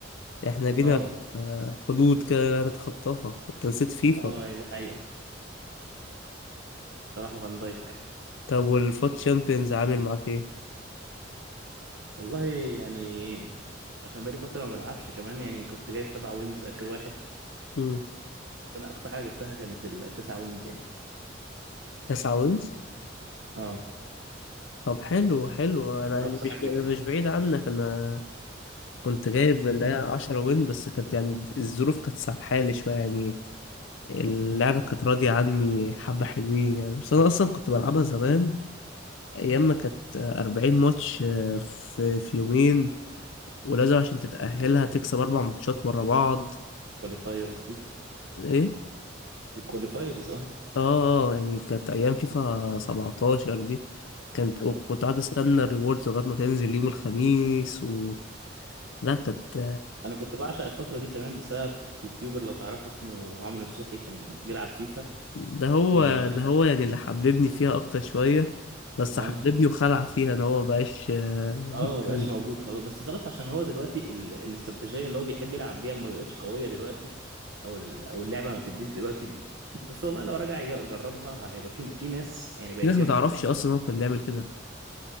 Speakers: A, on the left; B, on the right.
A: <laughs> احنا لينا
B: اه
A: آه، حدود كده لا نتخطاها انت نسيت فيفا
B: اه
A: <laughs>
B: دي حقيقة صراحة فان دايك
A: طب والفوت تشامبيونز عامل معاك ايه؟
B: والله يعني عشان بقالي فترة ما بلعبش كمان يعني كنت جايب سبع وينز آخر واحد
A: مم.
B: أنا أقصى حاجة جبتها كانت التسع وينز يعني
A: تسعة وينز؟
B: اه
A: طب حلو حلو انا
B: كانت
A: يعني
B: أقصى
A: مش
B: حاجة جبتها
A: مش بعيد عنك انا كنت جايب اللي هي 10 وين بس كانت يعني الظروف كانت سامحالي شوية يعني اللعبة كانت راضية عني حبة حلوين يعني بس أنا أصلا كنت بلعبها زمان أيام ما كانت 40 ماتش في في يومين ولازم عشان تتأهلها تكسب أربع ماتشات ورا بعض
B: الكواليفايرز دي
A: إيه؟
B: الكواليفايرز اه
A: آه آه، يعني كانت أيام فيفا 17 دي كانت كنت قاعد أستنى الريوردز لغاية ما تنزل يوم الخميس و لا كانت
B: أنا كنت بعشق الفترة دي كمان بسبب يوتيوبر لو تعرفه اسمه عمرو نصوحي كان بيلعب فيفا
A: ده هو
B: بي
A: ده هو يعني اللي حببني فيها اكتر شويه بس
B: اه
A: حببني
B: آه.
A: وخلع فيها ان هو مبقاش آه،
B: اه
A: بيتكلم
B: ما بقاش موجود خلاص بس خلاص عشان هو دلوقتي ال... الاستراتيجيه اللي هو بيحب يلعب بيها ما بقتش قويه دلوقتي او ال... او اللعبه ما بتديش دلوقتي ال... بس والله لو رجع يج- يجربها هيبقى في في ناس يعني بقت
A: في ناس
B: جامده
A: ما تعرفش اصلا هو كان بيعمل كده